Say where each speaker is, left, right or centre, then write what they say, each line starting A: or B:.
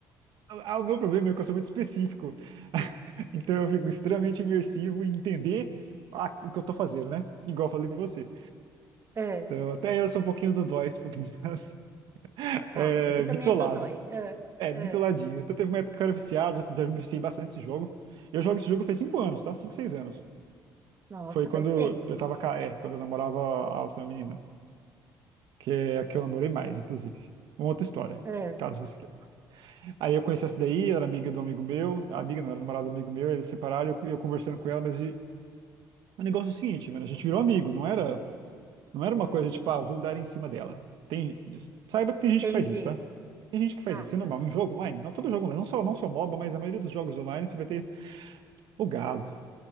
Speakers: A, on the right; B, on the right.
A: Ah, o meu problema é que eu sou muito específico. <laughs> Então eu fico extremamente imersivo em entender ah, o que eu tô fazendo, né? Igual eu falei pra você.
B: é.
A: Então, até eu sou um pouquinho do dói, um pouquinho <laughs> assim,
B: Tá,
A: é,
B: você também
A: bitolado.
B: é dodói. É. ah.
A: É, bitoladinho.
B: é.
A: Então teve uma época que eu era viciado, já, já me viciei bastante esse jogo. Eu jogo esse jogo faz 5 anos, tá? cinco 6 anos.
B: Nossa,
A: Foi quando
B: faz tempo.
A: eu tava ca- é, quando eu namorava a outra menina, que é a que eu namorei mais, inclusive. Uma outra história,
B: É.
A: caso você queira. Aí eu conheci essa daí, ela era amiga do amigo meu, a amiga não, era namorada do amigo meu, eles se separaram, eu, eu conversando com ela, mas e- o negócio é o seguinte, mano, a gente virou amigo, não era, não era uma coisa tipo, ah, vou dar em cima dela. Tem, saiba que tem gente
B: entendi.
A: que faz isso, tá? Tem gente que faz
B: Tá,
A: isso, é normal. Em jogo online, não todo jogo online, não só, não só MOBA, mas a maioria dos jogos online você vai ter o gado.